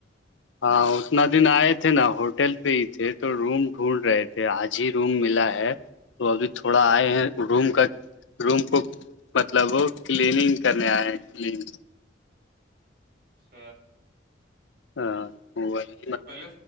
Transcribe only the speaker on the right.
سھ
تو پہلے